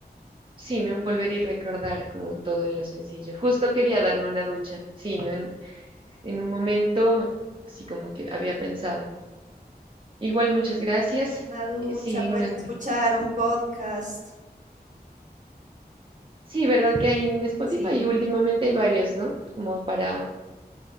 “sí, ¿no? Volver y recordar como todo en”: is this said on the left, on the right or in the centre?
Right